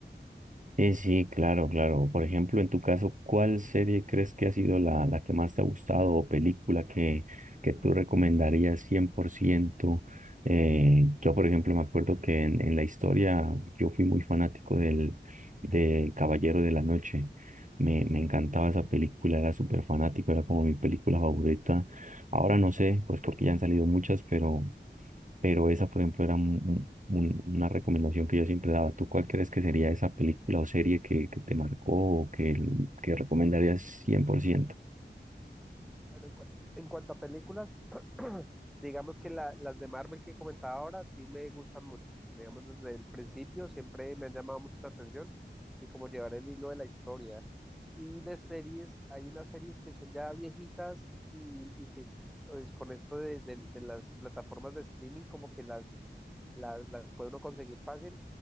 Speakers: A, on the right; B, in the centre.
A: Sí, sí, claro, claro. Por ejemplo, en tu caso, ¿cuál serie crees que ha sido la, la que más te ha gustado o película que, que tú recomendarías 100%? Eh, yo, por ejemplo, me acuerdo que en, en la historia yo fui muy fanático del, de Caballero de la Noche. Me, me encantaba esa película, era súper fanático, era como mi película favorita. Ahora no sé, pues porque ya han salido muchas, pero pero esa, por ejemplo, era un- un- una recomendación que yo siempre daba. ¿Tú cuál crees que sería esa película o serie que, que te marcó o que, el- que recomendarías cien por ciento?
B: Bueno, en cuan- en cuanto a películas, <clears throat> digamos que la- las de Marvel que comentaba ahora sí me gustan mucho. Digamos, desde el principio siempre me han llamado mucho la atención. y como llevar el hilo de la historia. Y de series, hay unas series que son ya viejitas y, y que pues, con esto de, de- de las plataformas de streaming como que las, las, las puede uno conseguir fácil.